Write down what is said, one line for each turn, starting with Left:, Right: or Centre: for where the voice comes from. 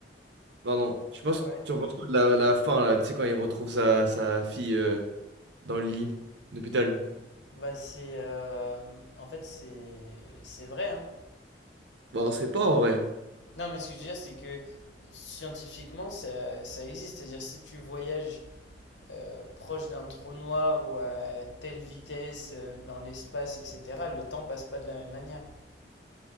Right: pardon, tu penses,
Left: Ouais.
Right: tu en penses quoi de la, la fin, là, tu sais, quand il retrouve sa, sa fille euh, dans le lit d'hôpital?
Left: Bah, c'est... euh, en fait, c'est... C'est vrai, hein.
Right: Bon, c'est pas en vrai.
Left: Non, mais ce que je veux dire, c'est que scientifiquement, ça, ça existe. C'est-à-dire, si tu voyages euh, proche d'un trou noir ou à telle vitesse euh, dans l'espace, etc., le temps passe pas de la même manière.